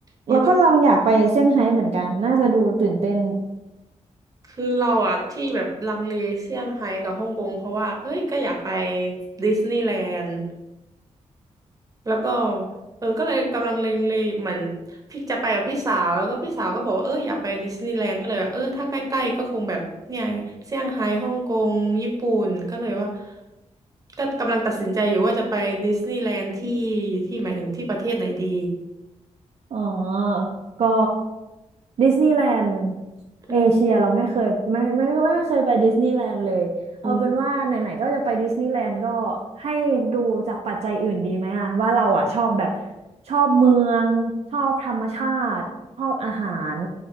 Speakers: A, on the right; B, on the right.
A: นี่ต้อง
B: แล้วก็ลองอยากไปเซี่ยงไฮ้เหมือนกันน่าจะดูตื่นเต้น
A: คือเราอะที่แบบลังเลเซี่ยงไฮ้กับฮ่องกงเพราะว่าเอ้ยก็อยากไปดิสนีย์แลนด์ แล้วก็เออก็เลยกำลังเลงเลเหมือนพี่จะไปกับพี่สาวแล้วก็พี่สาวก็บอกว่าเอออยากไปดิสนีย์แลนด์ก็เลยว่าเออถ้าใกล้ๆก็คงแบบเนี่ยเซี่ยงไฮ้ฮ่องกงญี่ปุ่นก็เลยว่าก็กำลังตัดสินใจอยู่ว่าจะไปดิสนีย์แลนด์ที่ที่หมายถึงที่ประเทศไหนดี
B: อ๋อ ก็ดิสนีย์แลนด์
A: อืม
B: เอเชียเราไม่เคยไม่ไม่ไม่เคยไปดิสนีย์แลนด์เลยเอาเป็นว่าไหนๆก็จะไปดิสนีย์แลนด์ก็
A: อืม
B: ให้ดูจากปัจจัยอื่นดีไหมอะว่าเราอะชอบแบบชอบเมืองชอบธรรมชาติชอบอาหาร